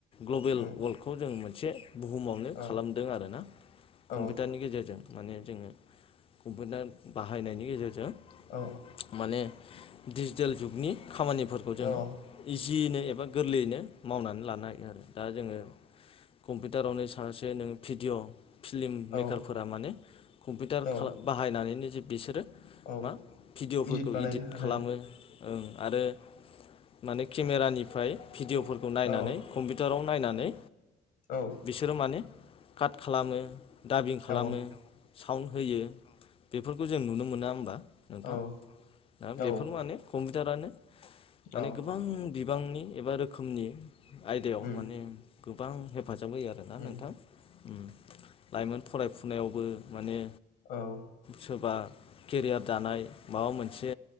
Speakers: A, on the left; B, on the left.
A: ग्लबेल
B: उम
A: वर्ल्डखौ जों मोनसे बुहुमावनो
B: औ
A: खालामदों आरो ना।
B: औ
A: कम्पिउटारनि गेजेरजों माने जोङो कम्पिउटार बाहायनायनि गेजेरजों।
B: औ
A: माने डिजिटेल जुगनि खामानिफोरखौ जोङो
B: औ
A: इजियैनो एबा गोरलैयैनो मावनानै लानो हायो आरो दा जोङो कम्पिउटारावनो सासे नों भिडिअ' फिलिम
B: औ
A: मेकारफोरा माने कम्पिउटार
B: औ
A: खाला बाहायनानैनो जे बेसोरो
B: औ
A: मा भिडिअफोरखौ
B: इदिट बानायनो
A: इदित
B: आरो
A: खालामो ओं आरो माने केमेरानिफ्राय भिडिअफोरखौ नायनानै
B: औ
A: कम्पिउटाराव नायनानै
B: औ।
A: बिसोरो माने काट खालामो दाबिं खालामो
B: औ
A: सावन्ड होयो। बेफोरखौ जों नुनो मोना होमबा नोंथां
B: औ
A: दा
B: औ
A: बेफोर माने कम्पिउटारानो माने
B: औ
A: गोबां बिबांनि एबा रोखोमनि आयदायाव
B: उम
A: माने गोबां हेफाजाब होयो आरोना
B: उम
A: नोंथां उम। लाइमोन फरायफुनायावबो माने
B: औ।
A: सोरबा केरियार दानाय माबा मोनसे